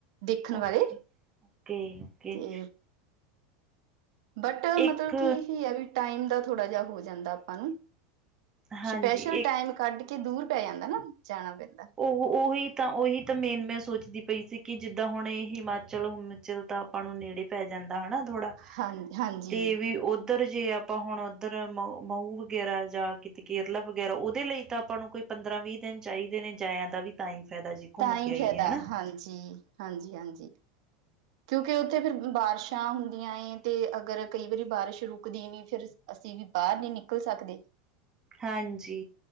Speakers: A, on the right; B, on the right.
A: ਦੇਖਣ
B: ਓਕੇ
A: ਵਾਲੇ
B: ਓਕੇ ਓਕੇ
A: ਤੇ ਬਟ ਮਤਲਬ
B: ਇੱਕ
A: ਕੀ ਕੀ ਐ ਵੀ ਟਾਈਮ ਦਾ ਥੋੜਾ ਜਾ ਹੋ ਜਾਂਦਾ ਆਪਾਂ ਨੂੰ।
B: ਹਾਂਜੀ
A: ਸਪੈਸ਼ਲ
B: ਇੱਕ
A: ਟਾਈਮ ਕੱਢ ਕੇ ਦੂਰ ਪੈ ਜਾਂਦਾ ਨਾ, ਜਾਣਾ ਪੈਂਦਾ।
B: ਉਹ ਉਹੀ ਤਾਂ, ਉਹੀ ਤਾਂ ਮੇਨ ਮੈਂ ਸੋਚਦੀ ਪਈ ਸੀ ਕਿ ਜਿੱਦਾ ਹੁਣ ਇਹ ਹਿਮਾਚਲ ਹਮੁਚਲ ਤਾਂ ਆਪਾਂ ਨੂੰ ਨੇੜੇ ਪੈ ਜਾਂਦਾ ਹੈਨਾ ਥੋੜਾ
A: ਹਾਂ ਹਾਂਜੀ
B: ਤੇ ਵੀਰ ਉਹ ਉਧਰ ਜੇ ਆਪਾਂ ਹੁਣ ਉਧਰ ਮਊ- ਮਉ ਵਗੈਰਾ ਜਾਂ ਕਿਤ ਕੇਰਲਾ ਵਗੈਰਾ ਉਹਦੇ ਲਈ ਤਾਂ ਆਪਾਂ ਨੂੰ ਕੋਈ ਪੰਦਰਾਂ ਵੀਹ ਦਿਨ ਚਾਈਦੇ ਨੇ ਜਾਇਆ ਦਾ ਵੀ ਤਾਂ ਈ ਫੈਦਾ ਜੀ। ਘੁੰਮ
A: ਤਾਂ
B: ਕੇ
A: ਈ
B: ਆਈਏ
A: ਫੈਦਾ
B: ਹਨਾ
A: ਹਾਂਜੀ, ਹਾਂਜੀ-ਹਾਂਜੀ। ਕਿਉਂਕਿ ਉੱਥੇ ਫਿਰ ਬਾਰਿਸ਼ਾਂ ਹੁੰਦੀਆਂ ਏ ਤੇ ਅਗਰ ਕਈ ਵਾਰੀ ਬਾਰਿਸ਼ ਰੁਕਦੀ ਨਈ ਫਿਰ ਅਸੀਂ ਵੀ ਬਾਰ ਨੀ ਨਿਕਲ ਸਕਦੇ।
B: ਹਾਂਜੀ।